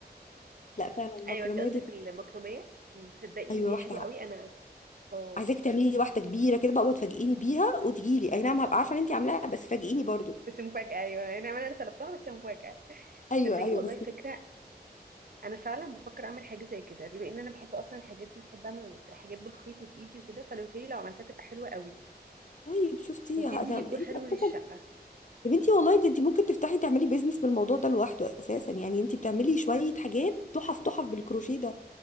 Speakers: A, on the left; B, on the right.
A: لا فعلا
B: <laughs>
A: المكرميه
B: أيوة أنتي قصدك
A: دي
B: المكرمية أمم، تصدقي
A: ايوه
B: إن هي
A: واحده
B: حلوة قوي أنا أه
A: عايزاك تعملي لي واحده كبيره كده بقى وتفاجئيني بيها وتجي لي اي نعم هبقى عارفه ان انت عاملاها بس فاجئيني برضو
B: بس مفاجأة أيوة أنا أنا أنا طلبتها بس مفاجأة
A: ايوه
B: تصدقي
A: ايوه
B: والله
A: بس
B: فكرة أنا فعلا بفكر أعمل حاجة زي كده بما إن أنا بحب أصلا الحاجات دي وبحب أعمل حاجات بالخيط وبإيدي وكده فأنا متهيألي لو عملتها تبقى حلوة قوي
A: طيب شفتي
B: وتدي
A: انا انت
B: ديكور حلو
A: أساساً-
B: للشقة
A: يا بنتي والله ده انت ممكن تفتحي تعملي بيزنس بالموضوع ده لوحده اساسا يعني انت بتعملي شويه حاجات تحف تحف بالكروشيه ده